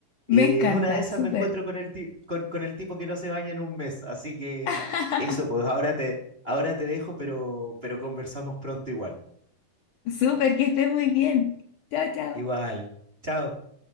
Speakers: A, on the left (about 75°); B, on the right (about 25°).
A: Me
B: Eh,
A: encanta,
B: en una de esas
A: súper.
B: me encuentro con el, ti- con, con el tipo que no se baña en un mes, así que
A: <laughs>
B: eso, pues ahora te, ahora te dejo, pero, pero conversamos pronto igual.
A: Súper, que estés muy bien. Chao, chao.
B: Igual, chao.